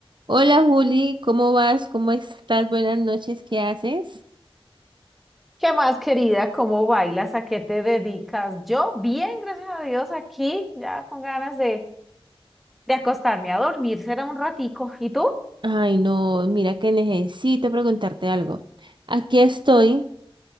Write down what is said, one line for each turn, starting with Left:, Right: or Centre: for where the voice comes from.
Right: Hola Juli, ¿cómo vas? ¿Cómo estás? Buenas noches, ¿qué haces?
Centre: ¿Qué más, querida? ¿Cómo bailas? ¿A qué te dedicas? Yo bien, gracias a Dios, aquí ya con ganas de, de acostarme a dormir, será un ratico. ¿Y tú?
Right: Ay, no, mira que necesito preguntarte algo. Aquí estoy